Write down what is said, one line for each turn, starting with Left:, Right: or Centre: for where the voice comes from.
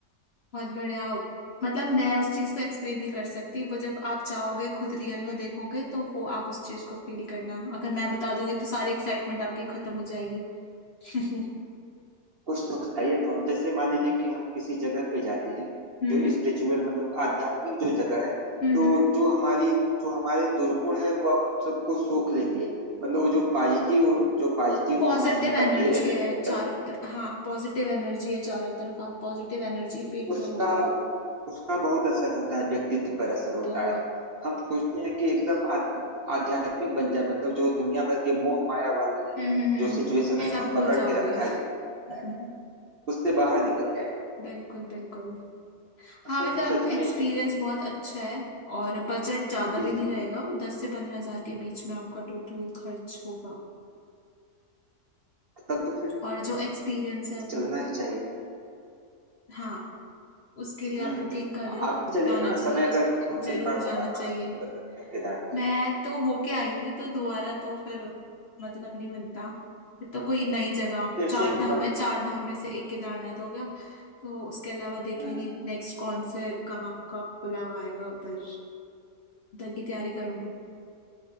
Left: बहुत बढ़िया मतलब मैं उस चीज को एक्सप्लेन नहीं कर सकती वो जब आप जाओगे खुद रियल में देखोगे तो वो आप उस चीज को फील करना अगर मैं बता दूंगी तो सारी एक्साइटमेंट आपकी खत्म हो जाएगी <laughs>
Right: कुछ तो बताइए थोड़ा जैसे मान लीजिए कि हम किसी जगह पे जाते हैं
Left: हम्म
Right: जो स्पिरिचुअल मतलब आध्यात्मिक जो जगह है
Left: हम्म
Right: तो जो हमारी जो हमारे दुर्गुण है वह उन सबको सोख लेती है मतलब वो जो पॉजिटिव जो पॉजिटिव
Left: पॉजिटिव
Right: वहां से निकलती
Left: एनर्जी
Right: है एनर्जी
Left: है चारों तरफ हाँ पॉजिटिव एनर्जी है चारों तरफ आप पॉजिटिव एनर्जी फील
Right: उसका
Left: करोगे
Right: उसका बहुत असर होता है व्यक्तित्व पर असर होता
Left: बहुत
Right: है हम सोचते हैं कि एकदम आध्य- आध्यात्मिक बन जाए मतलब जो दुनिया भर के मोह माया वाले
Left: हम्म हम्म
Right: जो
Left: हम्म।
Right: सिचुएशन है
Left: सब
Right: जो
Left: भूल
Right: पकड़
Left: जाओगे
Right: के रखा गया
Left: <laughs>
Right: है उससे बाहर निकल जाए
Left: बिल्कुल बिल्कुल हाँ
Right: असल
Left: मतलब
Right: में सच में
Left: एक्सपीरियंस
Right: इस
Left: बहुत अच्छा है और बजट ज्यादा
Right: इस-
Left: भी नहीं रहेगा वो दस से पंद्रह हजार के बीच में आपका टोटल खर्च होगा
Right: तब तो फिर
Left: और जो एक्सपीरियंस है वो
Right: चलना ही चाहिए
Left: हाँ उसके लिए
Right: हम्म
Left: आप बुकिंग कर लो
Right: आप भी चलिए
Left: जाना
Right: ना
Left: चाहिए
Right: समय अगर हो तो
Left: जरूर
Right: एक बार
Left: जाना
Right: दोबारा
Left: चाहिए
Right: निकल सकते हैं केदारनाथ
Left: मैं तो होके आई हूँ तो दोबारा तो फिर मतलब नहीं बनता फिर तो कोई नई जगह
Right: फिर से
Left: चार
Right: एक
Left: धाम
Right: बार
Left: है चार धाम में से एक केदारनाथ हो गया तो उसके अलावा देखेंगे
Right: हम्म
Left: नेक्स्ट कौन से कहाँ कब बुलावा आएगा उधर उधर की तैयारी करूंगी